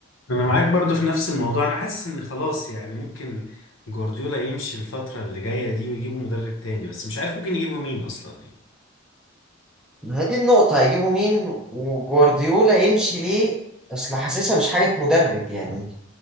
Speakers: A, on the left; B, in the centre.
A: أنا معاك برضو في نفس الموضوع أنا حاسس إن خلاص يعني ممكن جوارديولا يمشي الفترة اللي جاية دي ويجيبوا مدرب تاني بس مش عارف ممكن يجيبوا مين أصلا يعني
B: ما هي دي النقطة هيجيبوا مين وجوارديولا يمشي ليه أصل حاسسها مش حاجة مدرب يعني